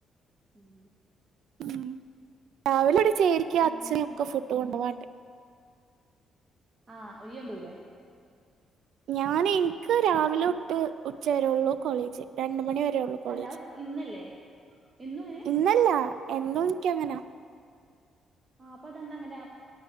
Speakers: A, on the right (about 35°); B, on the right (about 75°).
A: ഉം
B: ഉം രാവിലവിടെ ചേരിക്കും
A: പിന്നെ
B: അച്ഛനൊക്കെ ഫുഡ്‌ കൊണ്ടോവാണ്ട്
A: ആഹ് ഇയ്യൊണ്ടോവൂലെ
B: ഞാന് ഇൻക്ക് രാവിലൊട്ട് ഉച്ച വരൊള്ളൂ കോളേജ് രണ്ട്മണി വരെ ഒള്ളൂ കോളേജ്,
A: അല്ല അത് ഇന്നല്ലേ എന്നും അങ്ങനെ
B: ഇന്നല്ല എന്നും ഇൻക്ക്യങ്ങനാ.
A: ആഹ് അപ്പ അതെന്താ അങ്ങനെ